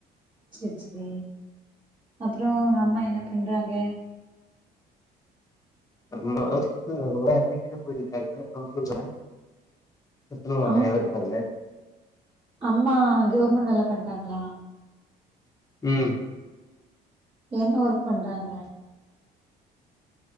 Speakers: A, on the right; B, on the left.
A: சேரி சேரி அப்றோ உங்க அம்மா என்ன பண்றாங்க
B: அம்மா வேலைக்குனு போயிருக்காங்க அவங்க <unintelligible>
A: அம்மா
B: இருக்காங்க
A: அம்மா கவர்மெண்‌ வேலை பண்றாங்ளா
B: ம்
A: என்ன ஒர்க் பண்றாங்க